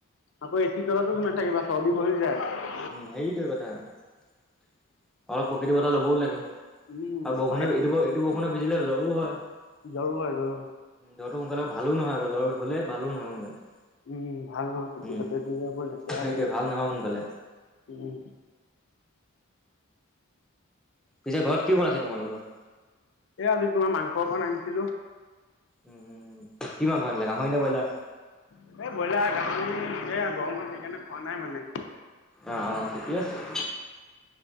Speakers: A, on the left; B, in the centre.
A: আকৌ এ চি তলতো কিমান থাকিবা, চৰ্দি বহি যায়।
B: উম, সেইটোৱে কথা, অলপ প্ৰকৃতি বতাহ ল'বও লাগে।
A: উম
B: আৰু বৰষুণত
A: বাহিৰত
B: এইটো-এইটো বৰষুণত ভিজিলে জ্বৰো হয়।
A: জ্বৰো জ্বৰো
B: জ্বৰটো সোনকালে ভালো নহয় বাৰু, জ্বৰ হ'লে ভালো নহয় সোনকালে।
A: উম, উম, ভাল নহয় <unintelligible>
B: উম,
A: লেতেৰা
B: সেইটোৱে
A: গৰম,
B: ভাল নহয় সোনকালে।
A: উম।
B: পিছে ঘৰত কি বনাইছে তোমালোকৰ।
A: এ আজি তোমাৰ মাংস অকণ আনিছিলো।
B: উম, কি মাংস আনিলা গাহৰি নে ব্ৰইলাৰ।
A: এই ব্ৰইলাৰ গাহৰি, এয়া গৰমত সেইকাৰণে খোৱা নাই মানে।
B: অ', অ', ঠিকেই আছে।